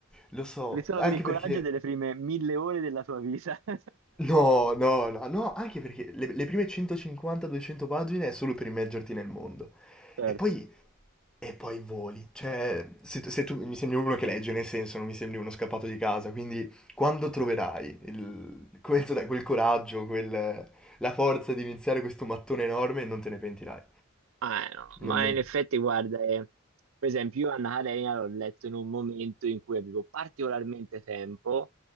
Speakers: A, in the centre; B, on the right.
A: lo so.
B: Devi solo
A: Anche
B: avere il coraggio
A: perché...
B: delle prime mille ore della tua vita. <laughs>
A: No, no, no, no, anche perché le, le prime 150-200 pagine è solo per immergerti nel mondo.
B: Certo.
A: E poi E poi voli. Cioè, se, tu- se tu mi sembri uno che legge, nel senso, non mi sembri uno scappato di casa, quindi quando troverai il- quel, sai, quel coraggio, quel- la forza di iniziare questo mattone enorme, non te ne pentirai.
B: Ah, eh, no,
A: Non...
B: ma in effetti, guarda, eh, per esempio, io Anna Karenina l'ho letto in un momento in cui avevo particolarmente tempo,